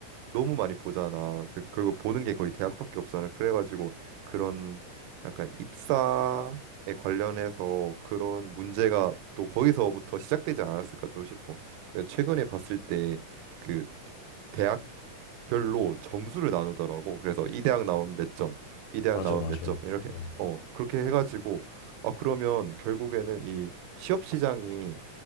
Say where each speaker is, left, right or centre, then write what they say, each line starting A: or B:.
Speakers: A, on the right (about 85°); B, on the left (about 85°).
A: 너무 많이 보잖아. 그- 그리고 보는 게 거의 대학밖에 없잖아. 그래가지고 그런 약간 입사에 관련해서 그런 문제가 또 거기서부터 시작되지 않았을까 또 싶어. 내가 최근에 봤을 때 그 대학별로 점수를 나누더라고. 그래서 이 대학 나오면 몇 점, 이 대학
B: 맞아,
A: 나오면
B: 맞아.
A: 몇 점,
B: 어.
A: 이렇게 어 그렇게 해가지고 아 그러면 결국에는 이 취업 시장이